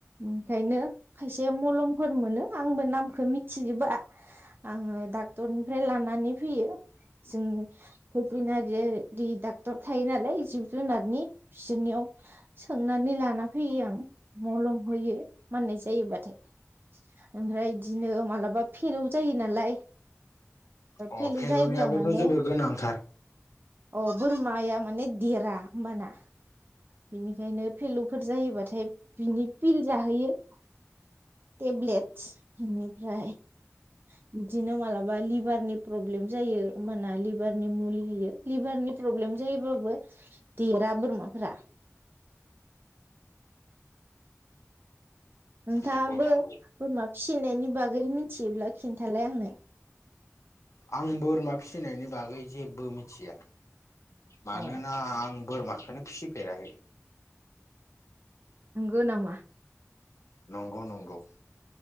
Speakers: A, on the right; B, on the left.
A: ओंखायनो खायसे मलमफोर मोनो आंबो नामखौ मिथिजोबा आङो डाक्टरनिफ्राय लानानै फैयो। जों भेटेनारि डाक्टर थायो नालाय जिब जुनारनि बिसोरनियाव सोंनानै लाना फैयो आं। मलम होयो माननाय जायोबाथाय। ओमफ्राय बिदिनो माबलाबा फेलोव जायो नालाय
B: अ
A: फिलु
B: फेल'नियाबोथ'
A: जैबब्ला माने
B: जोबोर गोनांथार
A: अ' बोरमाया माने देरा होनोमबाना। बिनिखायनो फलुफोर जायोबाथाय बिनि बिल जाहोयो। टेब्लेटस बेनिफ्राय बिदिनो मालाबा लिभारनि प्रब्लेम जायो। होमबाना लिभारनि मुलि होयो। लिभारनि प्रब्लेम जायोबाबो देरा बोरमाफोरा। नोंथाङाबो
B: नंगौ नंगौ
A: बोरमा फिसिनायनि बागै मिथियोब्ला खिन्थालाय आंनो।
B: आं बोरमा फिसिनायनि बागै जेबो मिथिया। मानोना
A: अ
B: आं बोरमाखोनो फिसिफेराखै।
A: नंगौ नामा?
B: नंगौ-नंगौ।